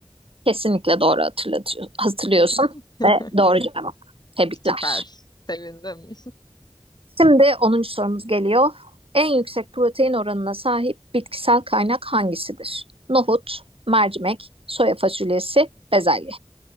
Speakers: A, on the right (about 70°); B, on the left (about 45°).
A: Kesinlikle doğru hatırlatıyor, hatırlıyorsun
B: <laughs>
A: ve doğru cevap. Tebrikler.
B: Süper. Sevindim.
A: Şimdi onuncu sorumuz geliyor. En yüksek protein oranına sahip bitkisel kaynak hangisidir? Nohut, mercimek, soya fasulyesi, bezelye.